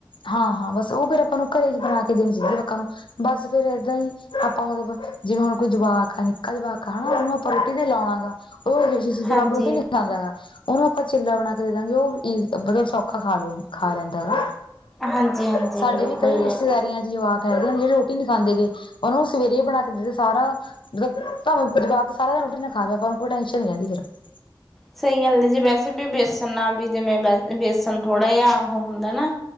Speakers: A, on the left; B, in the centre.
A: ਹਾਂ, ਹਾਂ ਬਸ ਓ ਫੇਰ ਆਪਾਂ ਨੂੰ ਘਰੇ ਚ ਬਣਾ ਕੇ ਦੇਣੀ ਚਈਦੀ ਲੋਕਾਂ ਨੂੰ। ਬਸ ਫੇਰ ਏਦਾਂ ਈ, ਆਪਾਂ ਮਤਲਬ ਜਿਵੇਂ ਹੁਣ ਕੋਈ ਜਵਾਕ ਆ ਨਿੱਕਾ ਜਵਾਕ ਆ ਹਣਾਂ ਓਨੂੰ ਆਪਾਂ ਰੋਟੀ ਤੇ ਲੌਣਾ ਗਾ ਉਹ <unintelligible>
B: ਹਾਂਜੀ
A: ਰੁਕੀ ਨੀਂ। <unintelligible> ਓਣੂੰ ਆਪਾਂ ਚਿੱਲਾ ਬਣਾ ਕੇ ਦੇ ਦਾਂਗੇ ਓ ਵੀ ਮਤਲਬ ਸੌਖਾ ਖਾਲੂ ਖਾ ਲੈਂਦਾ ਗਾ।
B: ਹਾਂਜੀ ਹਾਂਜੀ
A: ਸਾਡੇ
B: ਬਿਲਕੁਲ
A: ਵੀ ਕਈ
B: ਜੀ
A: ਰਿਸ਼ਤੇਦਾਰੀਆਂ ਚ ਜਵਾਕ ਫੈਦੀਦੀ ਜਿਹੜੀ ਰੋਟੀ ਨੀ ਖਾਂਦੇ ਗ ਉਹਨੂੰ ਸਵੇਰੇ ਬਣਾ ਕੇਦੇ ਸਾਰਾ <unintelligible> <unintelligible>
B: ਸਹੀ ਗੱਲ ਹੈ ਜੀ ਵੈਸੇ ਵੀ ਬੇਸਣ ਨਾਲ ਵੀ ਜਿਵੇਂ ਬੇਸਣ ਥੋੜ੍ਹਾ ਜਿਹਾ ਉਹ ਹੁੰਦਾ ਨਾ